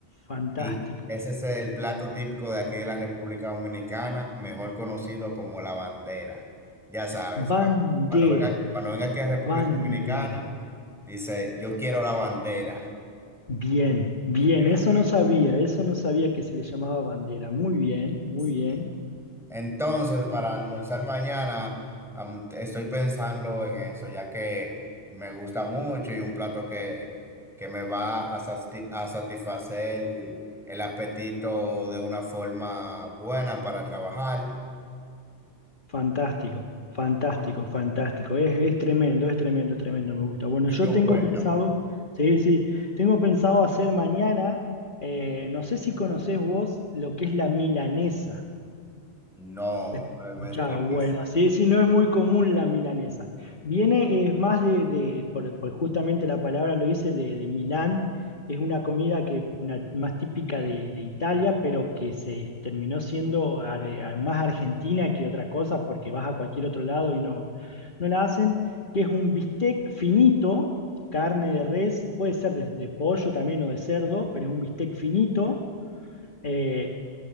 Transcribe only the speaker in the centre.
Y ese es el plato típico de aquí de la República Dominicana, mejor conocido como la bandera. Ya sabes,
cuando, cuando venga, cuando venga aquí a República
Dominicana, dice, yo quiero la bandera
y te la
dan
aquí. Entonces, para almorzar mañana, am, estoy pensando en eso, ya que me gusta mucho y un plato que, que me va a, sasti- a satisfacer el apetito de una forma buena para trabajar.
Y
tú
cuéntame.
No,
me,
me expliques.